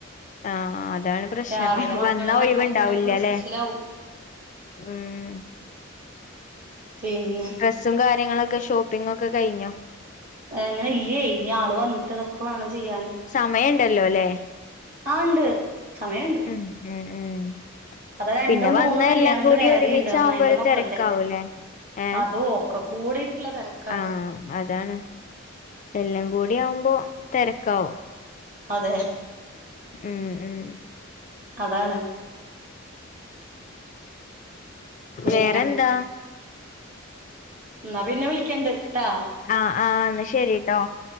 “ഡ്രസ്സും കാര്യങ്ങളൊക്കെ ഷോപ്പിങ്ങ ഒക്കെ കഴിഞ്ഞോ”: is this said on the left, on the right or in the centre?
Left